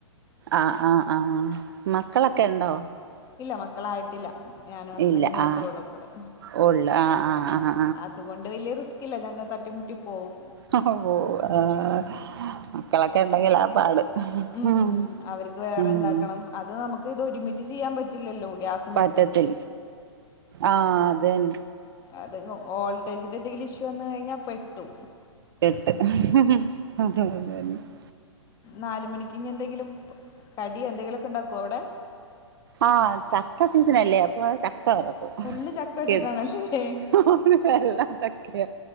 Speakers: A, on the right; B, on the left.
A: ആ ആ ആ മക്കളൊക്കെ ഉണ്ടോ?
B: ഇല്ല മക്കളായിട്ടില്ല. ഞാനും ഹസ്ബൻഡും
A: ഇല്ല
B: മാത്രം
A: ആഹ്
B: ഉള്ളൂ ഇപ്പ ഇവിടെ
A: ഉള്ളു ആഹ് ആഹ് ആഹ്
B: അതുകൊണ്ട്- വലിയ റിസ്കില്ല ഞങ്ങൾ തട്ടിമുട്ടി പോവും.
A: ഒഹോ ഓ അഹ് മക്കളൊക്കെ ണ്ടെങ്കിലാ പാട്
B: ഉം
A: ഹും
B: അവർക്ക് വേറെ
A: ഉം.
B: ഉണ്ടാക്കണം അത് നമുക്ക്ത് ഒരുമിച്ച് ചെയ്യാൻ പറ്റില്ലല്ലോ ഗ്യാസ്.
A: പറ്റത്തിൽ ആഹ് അതന്നെ.
B: അത് വോൾട്ടേജിന്റെ എന്തെങ്കിലും ഇഷ്യൂ വന്ന് കഴിഞ്ഞാൽ പെട്ടു.
A: ആ ഹു ഹു <unintelligible>
B: നാല് മണിക്ക്എന്തെങ്കിലും കടിയോ എന്തെങ്കിലുമൊക്കെ ഉണ്ടാക്കോ അവിടെ?
A: ആ ചക്ക സീസണല്ലേ അപ്പോ ച റക്കും
B: ഫുള്ള് ചക്ക വെച്ചിട്ടാണല്ലേ
A: കേ അവന എല്ലാം ചക്കയാ.